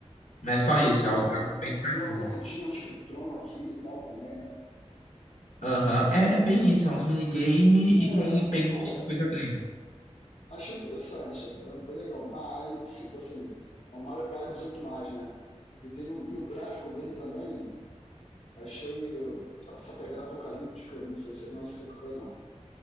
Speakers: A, on the left; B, on the left.
A: não é só
B: tô vendo
A: isso,
B: que tem,
A: é algo,
B: tem uma,
A: é algo bem cartoon.
B: tem uma corredinha tipo Tron aqui e tal também, né?
A: Aham, É, é bem isso, é uns minigame e
B: É,
A: quem pega
B: olha,
A: mais coisa ganha.
B: Achei interessante, bem, bem legal. Mas, tipo assim, é um Mario Party 18 mais, né? E tem um, e o gráfico dele também, achei eh, essa pegada apocalíptica, não sei se não é isso que eu quero, não.